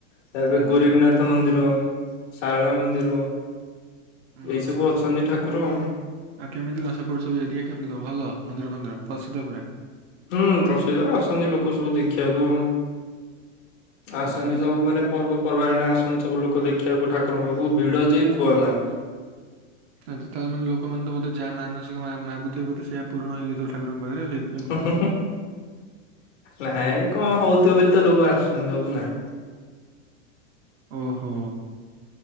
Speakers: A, on the left; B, on the right.
A: ତାପରେ
B: ହୁଁ
A: ଗୋରେଖ୍ ନାଥ ମନ୍ଦିର, ସାରଳା ମନ୍ଦିର।
B: ଉଁ,
A: ଏଇ
B: ଆଚ୍ଛା
A: ସବୁ ଅଛନ୍ତି ଠାକୁର।
B: ଆଉ କେମିତି କଣ ସେପଟ ସବୁ ଏରିଆ କେମିତି କଣ ଭଲ ମନ୍ଦିର ଫନ୍ଦିର ପ୍ରସିଦ୍ଧ ପୁରା?
A: ହୁଁ। ପ୍ରସିଦ୍ଧ ଆସନ୍ତି ଲୋକ ସବୁ ଦେଖିବାକୁ। ଆସନ୍ତି
B: ଆଚ୍ଛା କିଛି
A: ସବୁ ମାନେ ପର୍ବ ପର୍ବାଣୀ ରେ ଆସନ୍ତି ସବୁ ଲୋକ ଦେଖିବାକୁ ଠାକୁରଙ୍କ ପାଖକୁ। ଭିଡ ଯେ କୁହ ନା।
B: ଆଚ୍ଛା, ତାମାନେ ଲୋକ ମାନେ ତ ବୋଧେ ଯାହା ମାନସିକ ମା ମା ମାଗୁଥିବେ ବୋଧେ ସେୟା ପୂରଣ ହେଇଯାଉଥିବ ଠାକୁରଙ୍କ ପାଖରେ ଆଉ ସେଇ
A: ହୁଁ ହୁଁ ହୁଁ। ନାଇଁ କଣ ହଉଥିବ ବୋଲି ତ ଲୋକ ଆସୁଛନ୍ତି ସବୁ ନା।
B: ଓହୋ।